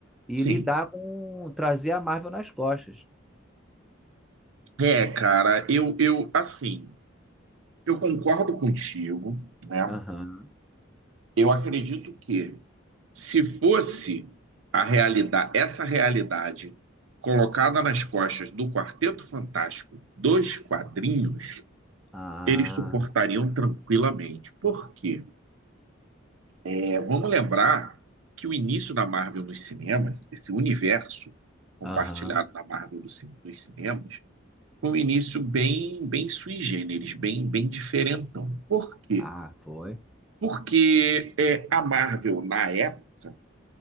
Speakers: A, in the centre; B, on the right.
A: e
B: sim.
A: lidar com trazer a Marvel nas costas.
B: É, cara, eu, eu assim, eu concordo contigo, né?
A: Aham.
B: Eu acredito que se fosse a realidade, essa realidade colocada nas costas do Quarteto Fantástico, dos quadrinhos,
A: Ah,
B: eles suportariam tranquilamente. Por quê? É, vamos lembrar que o início da Marvel nos cinemas, esse universo compartilhado
A: aham.
B: da Marvel dos cin- nos cinemas, com um início bem, bem sui generis, bem, bem diferentão. Por quê?
A: Ah, foi.
B: Porque é, a Marvel, na época,